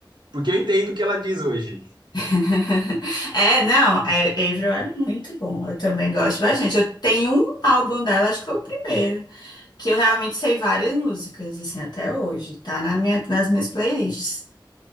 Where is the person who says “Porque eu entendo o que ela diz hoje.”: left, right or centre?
Right